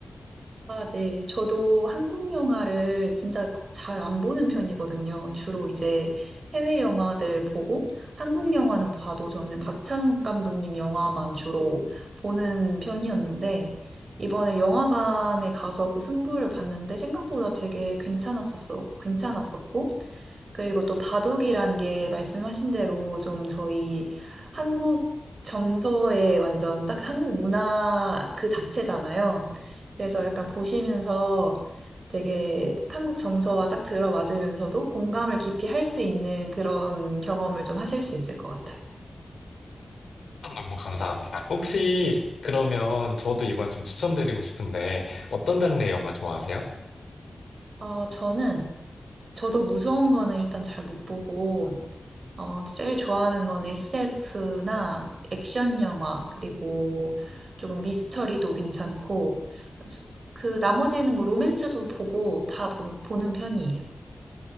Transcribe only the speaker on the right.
아, 네. 저도 한국 영화를 진짜 잘 안 보는 편이거든요. 주로 이제 해외 영화들 보고 한국 영화는 봐도 저는 박찬욱 감독님 영화만 주로 보는 편이었는데 이번에 영화관에 가서 그 승부를 봤는데 생각보다 되게 괜찮았었어. 괜찮았었고 그리고 또 바둑이란 게 말씀하신 대로 좀 저희 한국 정서에 완전 딱 한국 문화 그 자체잖아요. 그래서 약간 보시면서 되게 한국 정서와 딱 들어맞으면서도 공감을 깊이 할 수 있는 그런 경험을 좀 하실 수 있을 것 같아요.
어, 저는, 저도 무서운 거는 일단 잘 못 보고, 어, 제일 좋아하는 건 SF나 액션 영화, 그리고 조금 미스터리도 괜찮고, 그 나머지는 뭐 로맨스도 보고 다 보, 보는 편이에요.